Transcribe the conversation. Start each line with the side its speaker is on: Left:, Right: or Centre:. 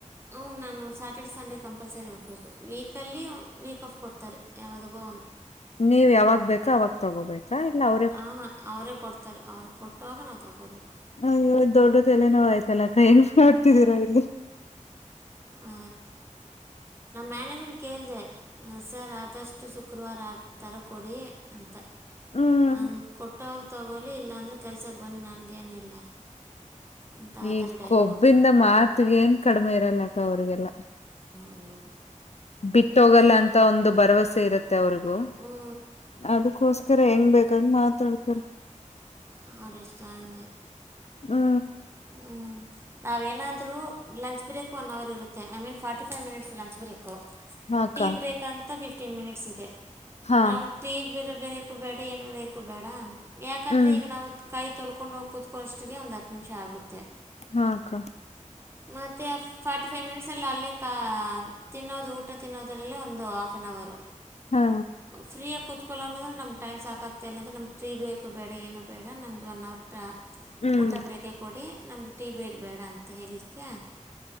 Right: ಹು ನಾನು ಸ್ಯಾಟರ್ಡೆ ಸಂಡೇ ಕಂಪಲ್ಸರಿ ಹೋಗ್ಬೇಕು ವೀಕಲ್ಲಿ ವೀಕ್ ಆಫ್ ಕೊಡ್ತಾರೆ. ಯಾವುದಗೋ <unintelligible>
Left: ನೀವ್ ಯಾವಾಗ ಬೇಕೋ ಅವಾಗ ತಗೋಬೇಕು. <unintelligible>
Right: ಹಾ ಹಹ ಅವರೇ ಕೊಡ್ತಾರೆ ಅವ್ರು ಕೊಟ್ಟಾಗ ನಾವು ತೊಗೋಬೇಕು.
Left: ಹ ಇವಗ ದೊಡ್ಡದ ತಲೆ ನೋವ್ ಆಯ್ತಲ್ಲಾಕ್ಕ ಹೆಂಗ ಮಾಡ್ತಿದೀರಾ ಇಲ್ಲಿ
Right: ಅ ನಮ್ ಮನೇಜರ್ ಕೇಳಿದೆ. ಸರ್ ಆದಷ್ಟು ಶುಕ್ರವಾರ ಆ ತರ ಕೊಡಿ ಅಂತ
Left: ಹ್ಮ್
Right: ನಾನ ಕೊಟ್ಟಾಗ ತಗೊಲಿ ಇಲ್ಲ ಅಂದ್ರೆ ಕೆಲ್ಸಕ್ಕೆ ಬನ್ನಿ ನನ್ಗೇನು ಇಲ್ಲ. ಅಂತ ಆ
Left: ಈ
Right: ಥರ ಡೈಲಾಗ್
Left: ಕೊಬ್ಬಿಂದ
Right: ಹೊಡೆದು
Left: ಮಾತಿಗ ಏನ್ ಕಡಿಮೆ ಇರಲ್ಲಕ್ಕ ಅವ್ರಿಗೆಲ್ಲ
Right: ಅಯ್ಯೋ
Left: ಬಿಟ್ಟೋಗಲ್ಲ
Right: ನಾವಿನ್ನು
Left: ಅಂತ ಒಂದು ಭರವಸೆ ಇರತ್ತೆ ಅವ್ರಿಗೂ
Right: ಹ್ಞೂ
Left: ಅದುಕು <unintelligible> ಹೆಂಗ್ ಬೇಕಂಗ ಮಾತಾಡ್ತಾರ
Right: ಅವರು ಇಷ್ಟ ಹಂಗೆ
Left: ಹಾ
Right: ಹ್ಞೂ ನಾವೇನಾದರೂ ಲಂಚ್ ಬ್ರೇಕ್ ಒನ್ ಅವರ್ ಇರುತ್ತೆ I mean forty five minutes lunch break <unintelligible>
Left: ಹಾಕ್ಕ
Right: ಟೀ ಬ್ರೇಕ್ ಅಂತ ಫಿಫ್ಟಿನ್ ಮಿನಿಟ್ಸ್ ಇದೆ <unintelligible>
Left: ಹಾ
Right: ಟಿ ಬರೆ ಬೇರಕೂ ಬೇಡ ಏನು ಬರೋಬೇಕು ಬೇಡ ಯಾಕಂದರೆೆ
Left: ಹ್ಮ್
Right: ಈಗ ನಾವು ಕೈ ತೊಲ್ಕೊಂಡು ಹೋಗಿ ಕೂತ್ಕೋಷ್ಟಿಗೆ ಒಂದು ಹತ್ತು ನಿಮಿಷ ಆಗುತ್ತೆ
Left: ಹಾಕ್ಕ
Right: ಮತ್ತೆ ಫಾರ್ಟಿ ಫೈವ್ ಮಿನಿಟ್ಸ್ ಎಲ್ಲಿ ಅಲ್ಲೇ ತಿನ್ನೋದು ಊಟ ತಿನ್ನೋದ್ರಲ್ಲೇ ಒಂದು ಹಾಫ್ ಆನ್ ಅವರು
Left: ಹಾ
Right: ಫ್ರೀಯಾಗಿ ಕುತ್ <unintelligible> ನಮ ಟೈಮ್ ಸಾಕಗ್ತಾ ಇಲ್ಲ ಇಲ್ಲಂದ್ರ ನಮ್ಗೆ ಟೀ ಬ್ರೇಕ್ ಬೇಡ ಏನು ಬೇಡ ನಮ್ಗೆ ಒನ್ ಅವರ್
Left: ಹ್ಮ್
Right: ಊಟ ಬ್ರೇಕ <unintelligible> ಕೊಡಿ ನಮ್ಗೆ ಟೀ ಬ್ರೇಕ್ ಬೇಡ ಅಂತ ಹೇಳಿದಕ್ಕೆ